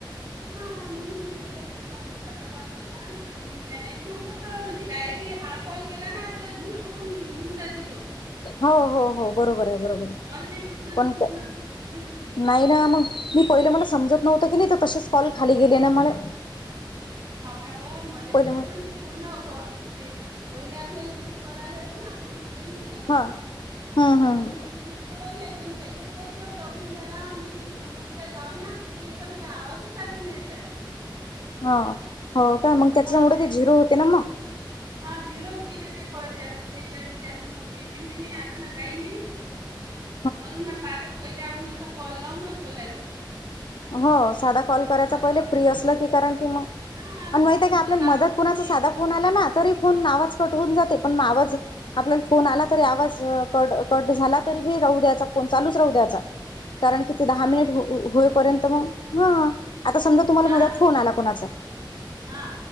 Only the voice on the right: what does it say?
हां म्हणून मग मी साधा कॉल केला नंतर मग नाही तर मग कसं म्हणजे डायरेक्टली हा कॉल केला ना तर झिरो होऊन होऊन जाते तो.
कॉल नाही होत ना
तो पूर्ण
पण
हाव ना व, मले
तर कसं
मी पूर्ण ते, पहिले आपल्याला वीस कॉल आले होते ना, कोण फ्रेंडचे,
ते मी ना पूर्ण पळवले पण त्याच्यात कस प्रॉब्लेम झाला, म्हणजे मी समोरच्या लाव ना, तर तेचा मला आवाजच ऐकू नाही येतेय.
हा त्याच्यानं
हा झिरोच गेले ते कॉल जास्त, तेच्यात जास्त मला पेमेंट बी नाही आलं ना काही नाही.
म्हणून म्हटलं आता पहिले आपण असा कॉल लावूनच बोलायचं.
कसं
हा
कसं
कोणी
कामात
असते.
हाव
का
दहा
मिनिट
हा